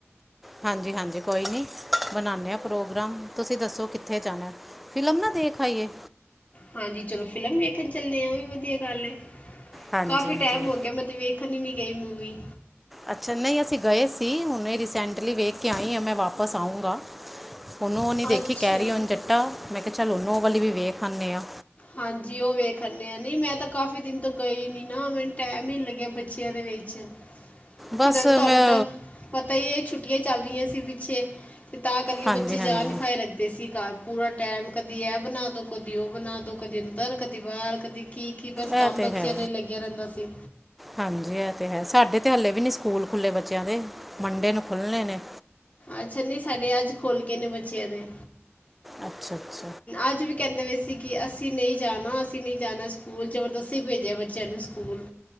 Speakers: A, in the centre; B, on the left (about 35°).
A: ਹਾਂਜੀ-ਹਾਂਜੀ ਕੋਈ ਨਹੀਂ, ਬਣਾਉਂਦੇ ਹਾਂ ਪ੍ਰੋਗਰਾਮ, ਤੁਸੀਂ ਦੱਸੋ ਕਿੱਥੇ ਜਾਣਾ ਐ। ਫਿਲਮ ਨਾ ਦੇਖ ਆਇਏ।
B: ਹਾਂਜੀ ਚਲੋ ਫ਼ਿਲਮ ਵੇਖਣ ਚੱਲਦੇ ਆ, ਉਹ ਵੀ ਵਧੀਆ ਗੱਲ ਹੈ।
A: ਹਾਂਜੀ
B: ਕਾਫ਼ੀ
A: ਹਾਂਜੀ
B: ਟਾਈਮ ਹੋ ਗਿਆ ਮੈਂ ਤੇ ਵੇਖ ਵੇਖਨ ਹੀ ਨੀ ਗਈ ਮੂਵੀ।
A: ਅੱਛਾ ਨਹੀਂ ਅਸੀਂ ਗਏ ਸੀ, ਹੁਣੇ ਰੀਸੈਂਟਲੀ ਵੇਖ ਕੇ ਆਈ ਹਾਂ, ਮੈਂ ਵਾਪਸ ਆਊਂਗਾ। ਹੁਨ ਉਹ ਨੀ ਦੇਖੀ
B: ਅੱਛਾ
A: ਕੈਰੀ ਔਨ ਜੱਟਾ, ਮੈਂ ਕਿਹਾ ਚੱਲ ਹੁਨ ਉਹ ਵਾਲੀ ਵੀ ਵੇਖ ਆਂਨੇ ਆ।
B: ਹਾਂਜੀ ਉਹ ਵੇਖ ਆਨੇ ਹਾਂ। ਨਹੀਂ ਮੈਂ ਤਾਂ ਕਾਫੀ ਦਿਨ ਤੋਂ ਗਈ ਨਹੀਂ ਨਾ, ਮੈਨੂੰ ਟਾਈਮ ਹੀ ਲੱਗਿਆ ਬੱਚਿਆਂ ਦੇ ਵਿੱਚ।
A: ਬਸ
B: ਕਿਤੇ ਤੁਹਾਨੂੰ
A: ਮੈਂ
B: ਤਾਂ ਪਤਾ ਹੀ ਇਹ ਛੁੱਟੀਆਂ ਚੱਲ ਰਹੀਆਂ ਸੀ ਪਿੱਛੇ। ਤੇ ਤਾਂ ਕਰਕੇ
A: ਹਾਂਜੀ
B: ਬੱਚੇ ਜਾਨ
A: ਹਾਂਜੀ
B: ਖਾਏ ਰੱਖ ਤੇ ਸੀ ਘਰ ਪੂਰਾ ਟਾਈਮ ਕਦੀ ਐ ਬਣਾਦੋ- ਕਦੀ ਉਹ ਬਣਾਦੋ, ਕਦੀ ਅੰਦਰ- ਕਦੀ ਬਾਹਰ, ਕਦੀ ਕੀ-ਕੀ ਬਸ ਕੰਮ
A: ਇਹ ਤੇ
B: ਬੱਚਿਆਂ
A: ਹੈ
B: ਨਾਲ ਲੱਗਿਆ ਰਹਿੰਦਾ ਸੀ।
A: ਹਾਂਜੀ ਇਹ ਤੇ ਹੈ, ਸਾਡੇ ਤੇ ਹਲੇ ਵੀ ਨੀ ਸਕੂਲ ਖੁੱਲੇ ਬੱਚਿਆਂ ਦੇ ਮੰਡੇ ਨੂੰ ਖੁੱਲਣੇ ਨੇ।
B: ਅੱਛਾ ਨਹੀਂ ਸਾਡੇ ਅੱਜ ਖੁੱਲ ਗਏ ਨੇ ਬੱਚਿਆਂ ਦੇ
A: ਅੱਛਾ- ਅੱਛਾ ਤਾਂ
B: ਅੱਜ ਵੀ ਕਹਿੰਦੇ ਵਈ ਸੀ ਕਿ ਅਸੀਂ ਨਹੀਂ ਜਾਣਾ ਅਸੀ ਨਹੀਂ ਜਾਣਾ ਸਕੂਲ ਜਬਰਦਸਤੀ ਭੇਜਿਆ ਬੱਚਿਆਂ ਨੂੰ ਸਕੂਲ